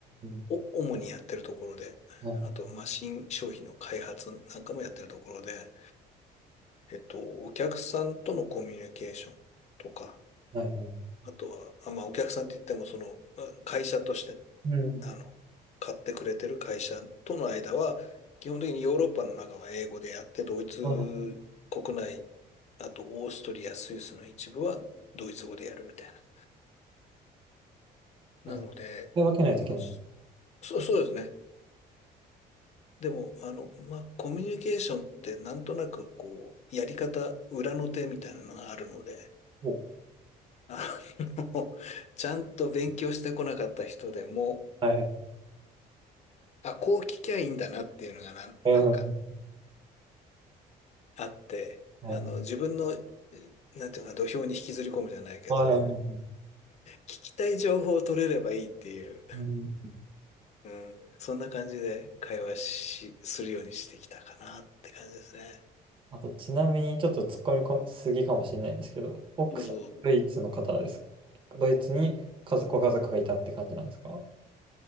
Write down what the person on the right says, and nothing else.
ん。
うん
はいはい。
うん。
はいはい。
はい。分けないといけない。
そう。
はいはい。
はいはい。
はいはい。
はいはい。
うん
あと、ちなみにちょっと突っ込みこすぎかもしれないんですけど、奥さん、
ドイツの方です。ドイツに家族、ご家族がいたって感じなんですか